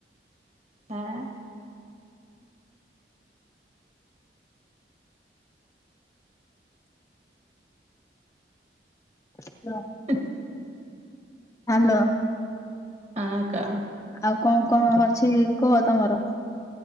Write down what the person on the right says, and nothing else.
ଆଁ
<inaudible>
ହଁ କହ।